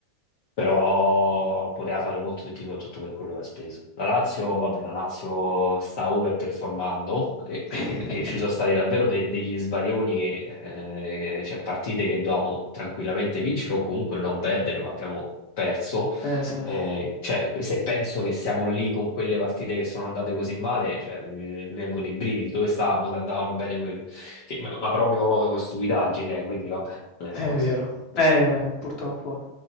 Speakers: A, on the left; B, on the left.
A: però poteva fare molto di più soprattutto per quello che ha speso. La Lazio, vabbè, la Lazio sta overperformando e,
B: <laughs>
A: e- e ci sono stati davvero de- degli svarioni che, eh, cioè partite che dovevamo tranquillamente vincere o comunque non perdere, ma abbiamo perso
B: Eh sì,
A: eh,
B: <laughs>
A: cioè, se penso che siamo lì con quelle partite che sono andate così male, cioè, mi, mi vengono i brividi. Dove stavamo se andavano bene quelle? Che- ma, ma proprio stupidaggine, eh, quindi vabbè, è
B: è
A: così,
B: vero.
A: così.
B: Eh, purtroppo